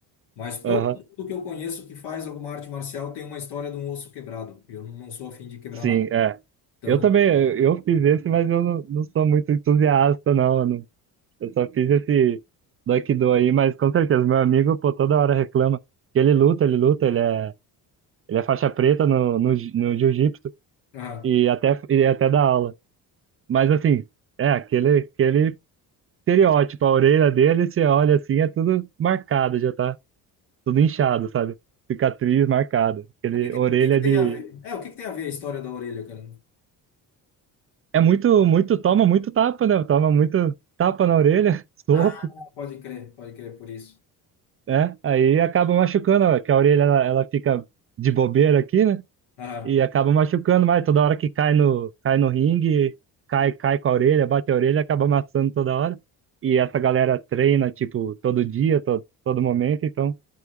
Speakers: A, on the left; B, on the right.
A: Mas
B: Aham.
A: todo mundo que eu conheço que faz alguma arte marcial tem uma história de um osso quebrado. E eu não não sou afim de quebrar
B: Sim,
A: nada.
B: é.
A: Então,
B: Eu também, eu fiz esse, mas eu não, não sou muito entusiasta, não, mano. Eu só fiz esse Aikido aí, mas com certeza, meu amigo, pô, toda hora reclama que ele luta, ele luta, ele é Ele é faixa preta no, no, ji- no jiu-jitsu
A: ah,
B: e até, e até dá aula. Mas assim, é aquele, aquele estereótipo, a orelha dele, você olha assim, é tudo marcado, já tá tudo inchado, sabe? Cicatriz marcada. Aquele
A: o que que-
B: orelha
A: o que que
B: de.
A: tem a ver? É, o que que tem a ver a história da orelha, cara?
B: É muito, muito, toma muito tapa, né? Toma muito tapa na orelha, <laughs> soco,
A: Ah, pode crer, pode crer por isso.
B: né? Aí acaba machucando, ó, que a orelha ela, ela fica de bobeira aqui, né?
A: Ah,
B: e acaba machucando mais toda hora que cai no, cai no ringue, cai, cai com a orelha, bate a orelha, acaba amassando toda hora. E essa galera treina, tipo, todo dia, todo, todo momento, então